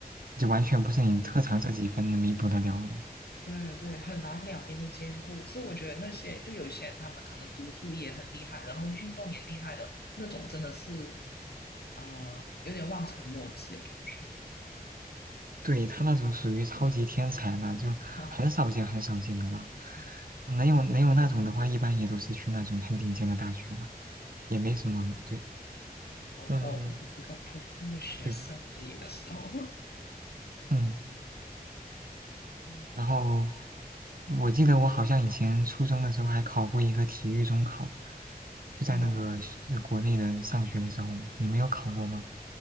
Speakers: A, on the right; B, on the left.
A: 就完全不是你特长这几分能弥补得了的。
B: 对对，很难两边都兼顾，所以我觉得那些就有些人他们可能读书也很厉害，
A: 嗯
B: 然后运动也厉害的那种，真的是呃有点望尘莫及的感觉
A: 对，他那种属于超级天才了，就很少见很少见的了。
B: 啊，啊对
A: 能有能有那种的话，一般也都是去那种很顶尖的大学了，也没什么。
B: 对，
A: 对，
B: 我我我只是个普通的学生而已的时候，
A: 嗯，对啊，嗯。
B: <laughs> 嗯
A: 然后我记得我好像以前初中的时候还考过一个体育中考，就在那个学呃国内的上学的时候嘛。
B: 哦
A: 你没有考过吗？